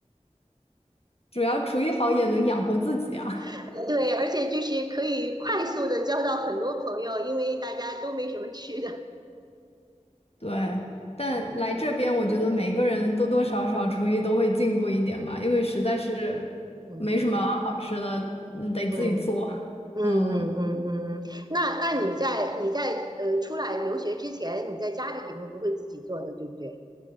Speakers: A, on the left; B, on the right.
A: 主要厨艺好也能养活自己啊，
B: 迎的，呃对，而且就是可以快速的交到很多朋友，因为大家都没什么吃的。
A: <laughs> 对。但来这边，我觉得每个人多多少少厨艺都会进步一点吧，因为实在是
B: 嗯
A: 没什么好吃的，嗯得自己做，
B: 嗯嗯嗯嗯嗯，
A: 嗯。
B: 那那你在你在呃出来留学之前，你在家里肯定不会自己做的，对不对？